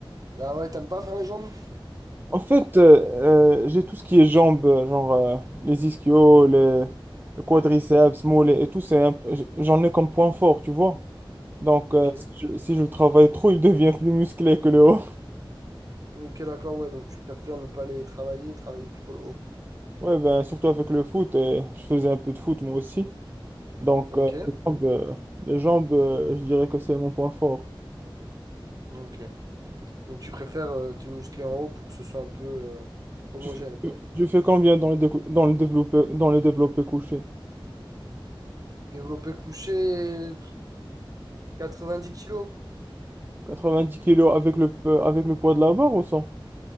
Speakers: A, on the right; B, on the right.
A: Ah ouais, t'aimes pas faire les jambes?
B: En fait, euh, euh, j'ai tout ce qui est jambes, euh, genre euh, les ischios, les, le quadriceps, mollets et tout. C'est un p- j- j'en ai comme point fort, tu vois. Donc,
A: Ok.
B: euh, si je, si je le travaille trop, il <laughs> devient plus musclé que le haut. <laughs>
A: Ok, d'accord, ouais. Donc, tu préfères ne pas les travailler, travailler plutôt le haut.
B: Ouais, ben, surtout avec le foot. Et je faisais un peu de foot moi aussi. Donc,
A: Ok,
B: euh, les jambes, euh, les jambes, euh, je dirais que c'est mon point fort.
A: ok. Donc, tu préfères euh, te muscler en haut pour que ce soit un peu euh, homogène,
B: Tu fais,
A: quoi.
B: tu fais combien dans le, décou- dans le développé, dans le développé couché?
A: Développé couché, 90 kilos
B: 90 kilos avec le, pe- avec le poids de la barre ou sans?